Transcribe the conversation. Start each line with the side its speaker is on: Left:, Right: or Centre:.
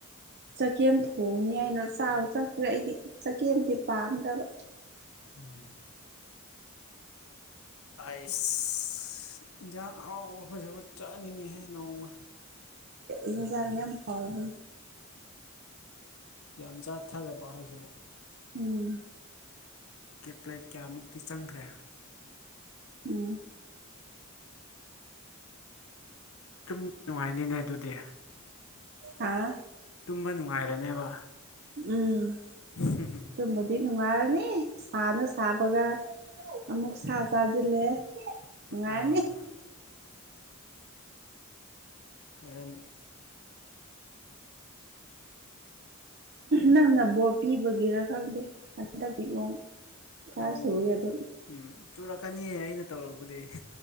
Right: ꯆꯥꯒꯦꯝ ꯊꯣꯡꯉꯦ ꯉꯁꯥꯏ ꯆꯥꯕ
Left: ꯆꯥꯛ
Right: ꯆꯠꯇ꯭ꯔꯦ ꯑꯩꯗꯤ ꯆꯥꯒꯦꯝꯗꯤ ꯄꯥꯝꯗꯕ
Left: ꯑꯝ ꯑꯁ ꯌꯥ ꯍꯥꯎ ꯑꯐ ꯆꯥꯅꯤꯡꯉꯦꯍꯦ ꯅꯣꯡꯃ
Right: ꯏꯟꯁꯥꯡ ꯌꯥꯝ ꯐꯥꯎꯕꯅꯤ
Left: ꯌꯥꯝ ꯆꯥꯊꯔꯕ ꯍꯥꯏꯁꯤꯕꯣ
Right: ꯎꯝ
Left: ꯀꯦ ꯄ꯭ꯂꯦꯠ ꯀꯌꯥꯃꯨꯛꯇꯤ ꯆꯪꯈ꯭ꯔꯦ
Right: ꯎꯝ
Left: ꯁꯨꯝ ꯅꯨꯡꯉꯥꯏꯅꯤꯅꯦ ꯑꯗꯨꯗꯤ
Right: ꯍꯥ
Left: ꯇꯨꯝꯕ ꯅꯨꯡꯉꯥꯏꯔꯅꯦꯕ
Right: ꯎꯝ
Left: <unintelligible>
Right: ꯑꯗꯨꯝꯕꯗꯤ ꯅꯨꯡꯉꯥꯏꯔꯅꯤ ꯁꯥꯅ ꯁꯥꯕꯒ ꯑꯃꯨꯛ ꯁꯥ ꯆꯥꯁꯤꯜꯂꯦ ꯅꯨꯡꯉꯥꯏꯔꯅꯤ
Left: ꯑꯥ ꯑꯦꯟ
Right: ꯅꯪꯅ ꯕꯣꯔꯠ ꯄꯤꯕꯒꯤꯔ ꯈꯪꯗꯦ ꯍꯟꯗꯛꯇꯤ ꯅꯣꯡ ꯈꯔ
Left: ꯅꯣꯡ
Right: ꯆꯨꯏ ꯑꯗꯨꯝ
Left: ꯎꯝ ꯆꯨꯔꯛꯀꯅꯤꯌꯦ ꯑꯩꯅ ꯇꯧꯔꯛꯄꯗꯤ